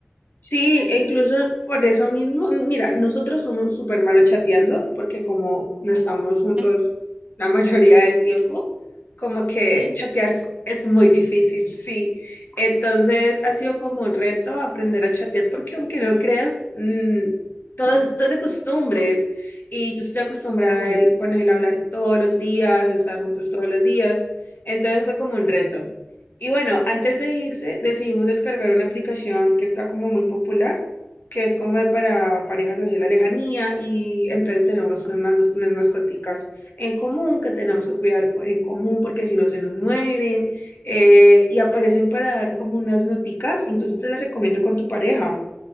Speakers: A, on the left; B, on the right.
A: Sí, e incluso por eso mismo, mira, nosotros somos súper malos chateando porque como no estamos juntos
B: <laughs>
A: la mayoría del tiempo, como que
B: ¿Sí?
A: chatear es es muy difícil, sí. Entonces ha sido como un reto aprender a chatear porque aunque no creas, mm, todo es, todo es de costumbres y yo estoy acostumbrada
B: Sí,
A: a él- con él a hablar todos los días, estar juntos todos los días, entonces fue como un reto. Y bueno, antes de irse, decidimos descargar una aplicación que está como muy popular, que es como de para parejas así a la lejanía, y entonces tenemos unas, mas- unas mascoticas en común que tenemos que cuidar co- en común porque si no se nos mueren, eh, y aparecen para dar como unas noticas, incluso te las recomiendo con tu pareja.